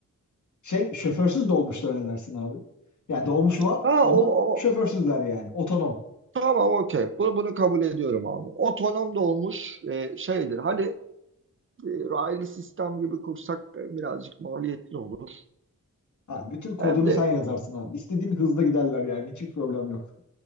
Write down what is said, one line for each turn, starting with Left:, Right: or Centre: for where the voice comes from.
Left: Şey şoförsüz dolmuşlar ne dersin abi? Yani dolmuş var
Right: Ha
Left: ama
Right: o, o.
Left: şoförsüzler yani. Otonom.
Right: Tamam okey. Bunu, bunu kabul ediyorum abi. Otonom dolmuş e, şeydir. Hani e, raylı sistem gibi kursak da birazcık maliyetli olur.
Left: Ha, bütün kodunu
Right: Hem de
Left: sen yazarsın abi. İstediğin hızla giderler yani. Hiçbir problem yok.